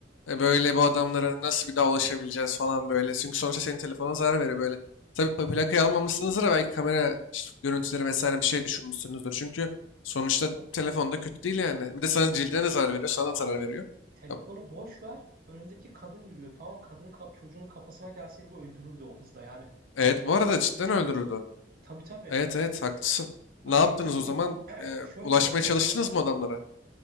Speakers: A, on the left; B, on the right.
A: E böyle bu adamlara nasıl bir daha ulaşabileceğiz falan böyle. Çünkü sonuçta senin telefonuna zarar veriyor böyle. Tabii pa- plakayı almamışsınızdır da belki kamera işte görüntüleri vesaire bir şey düşürmüşsünüzdür. Çünkü sonuçta
B: Aha.
A: telefonda kötü değil yani. Bir de sana cildine de zarar veriyor, sana
B: Abi
A: da zarar veriyor.
B: telefonu
A: Ya,
B: boş ver. Önümdeki kadın yürüyor. Tamam mı? kadının ka- çocuğunun kafasına gelseydi bu öldürürdü o hızla yani.
A: Evet
B: Ben hiç
A: bu
B: o anda
A: arada
B: böyle
A: cidden
B: düşünmemiştim.
A: öldürürdü.
B: Tabii tabii.
A: Evet evet haklısın.
B: Hani
A: Ne yaptınız
B: bildiğin
A: o zaman? E,
B: şöyle
A: ulaşmaya
B: oldu.
A: çalıştınız mı adamlara?